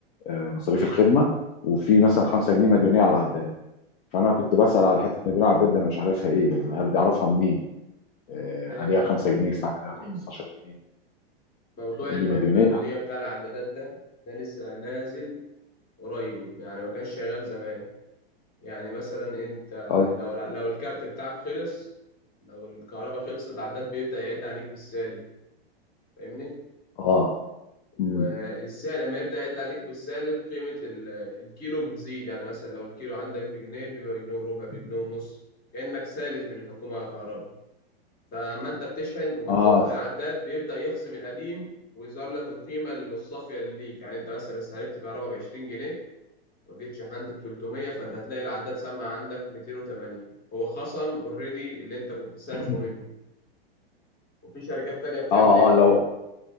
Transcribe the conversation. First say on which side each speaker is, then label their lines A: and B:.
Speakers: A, on the left; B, on the left.
A: آه، مصاريف الخدمه وفي مثلا 5 جنيه مديونيه على العداد فانا كنت بسال على حته مديونيه على العداد دي انا مش عارفها ايه يعني هل بيعرفها منين آه،
B: آه،
A: عليها 5 جنيه ساعات عليها
B: <clears throat>
A: 15 جنيه
B: موضوع
A: يقول
B: ال-
A: لي مديونيه
B: المديونية بتاع العدادات ده ده لسه نازل قريب يعني ما كانش شغال زمان يعني مثلا انت
A: طيب
B: لو لو الكارت بتاعك خلص لو الكهرباء خلصت العداد بيبدأ يعد عليك بالسالب فاهمني
A: اه
B: والسعر
A: امم
B: لما يبدأ يعد عليك بالسالب قيمة ال- الكيلو بتزيد يعني مثلا لو الكيلو عندك بجنيه بيبقى بجنيه وربع بجنيه ونص كأنك سالف من الحكومة على كهرباء فما انت بتشحن وبتحط
A: اه
B: في العداد بيبدأ يخصم القديم ويظهر لك القيمة اللي مش صافية اللي ليك يعني انت مثلا استهلكت كهرباء ب 20 جنيه وجيت شحنت ب 300 فانت هتلاقي العداد سمع عندك 280 هو خصم اوريدي اللي انت كنت سالفه
A: <clears throat>
B: منهم وفي شركات تانية بتعمل
A: اه
B: ايه
A: اه لو